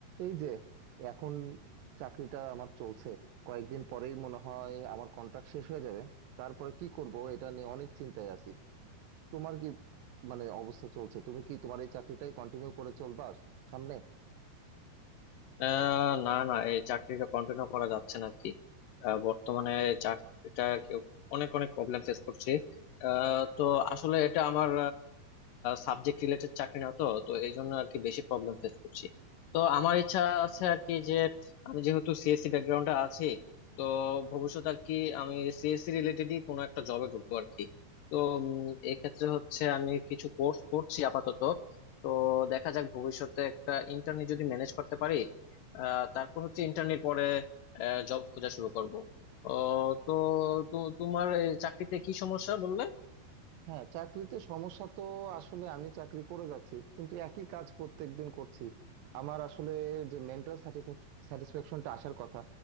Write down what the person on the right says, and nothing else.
এই যে এখন চাকরিটা আমার চলছে কয়েকদিন পরেই মনে হয় আমার কন্ট্রাক্ট শেষ হয়ে যাবে তারপরে কি করব এটা নিয়ে অনেক চিন্তায় আছি তোমার কি মানে অবস্থা চলছে তুমি কি তোমার এই চাকরিটাই কন্টিনিউ করে চলবা সামনে
হ্যাঁ চাকরিতে সমস্যা তো আসলে আমি চাকরি করে যাচ্ছি কিন্তু একই কাজ প্রত্যেকদিন করছি আমার আসলে যে মেন্টাল স্যাটিসফ্যাকশনটা আসার কথা